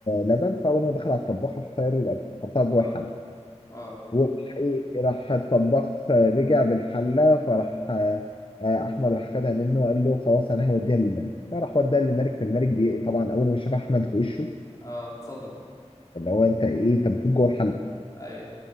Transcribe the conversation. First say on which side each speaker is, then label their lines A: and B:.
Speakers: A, on the left; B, on the left.
A: لبن فاول ما دخل على الطباخ راح طاير له الأكل، حطها جوه
B: اه
A: الحله
B: اه
A: وراح ايه راح الطباخ آه، رجع بالحله فراح آه، آه، احمد راح خدها منه وقال له خلاص انا هوديها للملك فراح وداها للملك فالملك بي... طبعا اول ما شاف احمد في وشه
B: اه اتصدم
A: اللي هو انت ايه انت المفروض جوه الحله
B: ايوه